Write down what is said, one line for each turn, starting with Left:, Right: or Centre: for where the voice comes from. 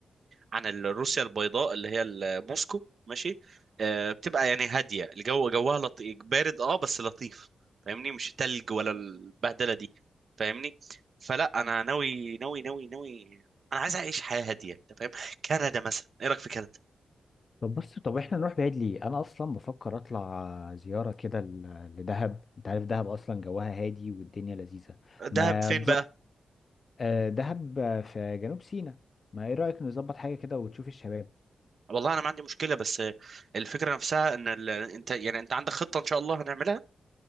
Right: عن ال- روسيا البيضاء اللي هي ال- موسكو ماشي آه، بتبقى يعني هاديه الجو جوها لطيف بارد اه بس لطيف فاهمني مش تلج ولا البهدله دي فاهمني فلا انا ناوي ناوي ناوي ناوي انا عايز اعيش حياه هاديه انت فاهم كندا مثلا ايه رايك في كندا
Left: طب بص طب احنا نروح بعيد ليه انا اصلا بفكر اطلع زياره كده ل- لدهب انت عارف دهب اصلا جواها هادي والدنيا لذيذه ما
Right: دهب فين
Left: تظبط
Right: بقى
Left: آه، دهب آه، في جنوب سيناء ما ايه رايك نظبط حاجه كده وتشوف الشباب
Right: والله انا ما عندي مشكله بس آه، الفكره نفسها ان ال... انت يعني انت عندك خطه ان شاء الله هنعملها